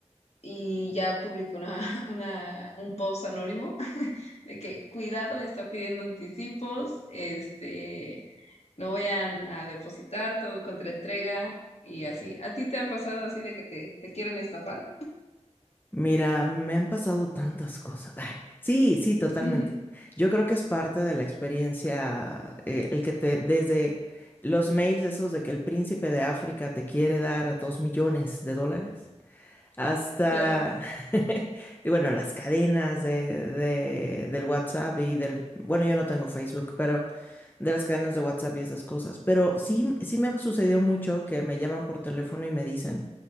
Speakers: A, on the left (about 65°); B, on the left (about 15°).
A: Y ya publiqué una, <laughs> una, un post anónimo <laughs> de que cuidado, está pidiendo anticipos, este, no vayan a depositar todo contra entrega y así. ¿A ti te ha pasado así de que te, te quieren estafar?
B: Mira, me han pasado tantas cosas. Ay, sí, sí, totalmente.
A: <laughs>
B: Yo creo que es parte de la experiencia, eh, el que te, desde los mails esos de que el príncipe de África te quiere dar dos millones de dólares hasta,
A: Claro.
B: <laughs> y bueno, las cadenas de, de- del WhatsApp y del, bueno, yo no tengo Facebook, pero de las cadenas de WhatsApp y esas cosas. Pero sí, sí me ha sucedido mucho que me llaman por teléfono y me dicen